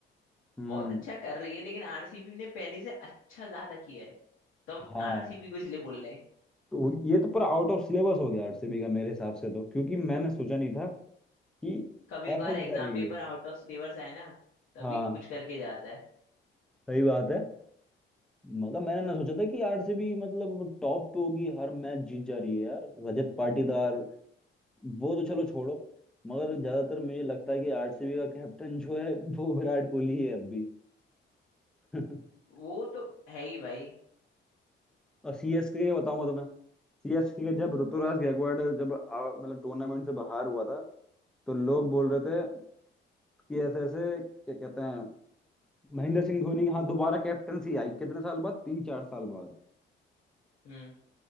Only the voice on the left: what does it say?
बहुत अच्छा कर रही है लेकिन आरसीबी ने पहले से अच्छा ज्यादा किया है तो हम
आरसीबी को इसलिए बोल रहे हैं
कभी
कभार
exam
paper out of syllabus आए ना तभी
कुछ करके जाता है
वो तो है ही भाई
हम्म